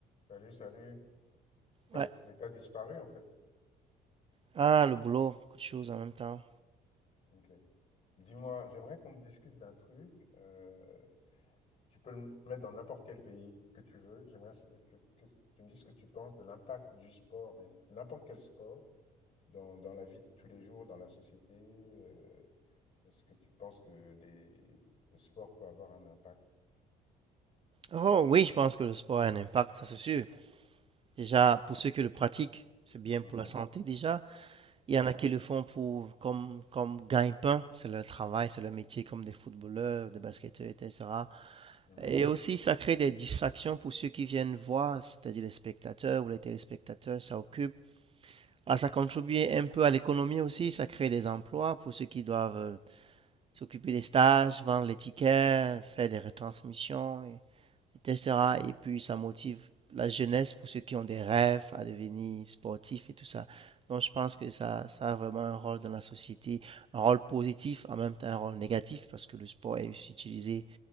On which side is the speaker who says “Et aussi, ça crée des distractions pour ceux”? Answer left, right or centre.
Right